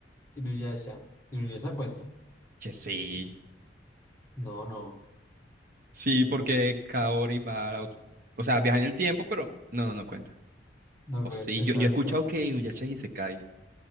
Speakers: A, on the left; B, on the right.
A: Inuyasha. Inuyasha cuenta.
B: Che, sí.
A: No, no,
B: Sí, porque Kaori va, a ot- o sea, viaja en el tiempo, pero no, no, no cuenta.
A: no
B: O
A: cuenta,
B: sí,
A: exacto.
B: yo, yo he escuchado que Inuyasha es Isekai.